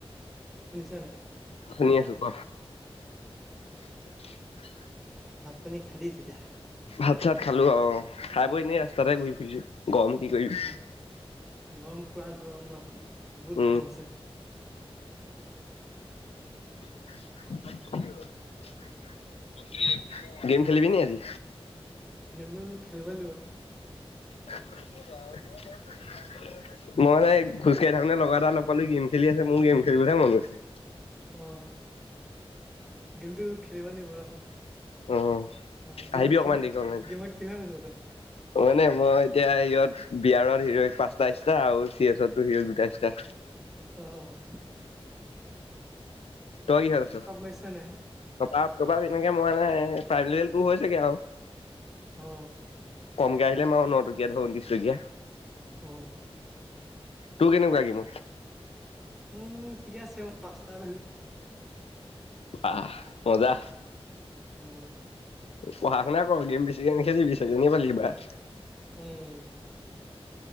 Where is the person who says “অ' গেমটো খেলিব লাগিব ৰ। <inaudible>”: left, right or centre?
Centre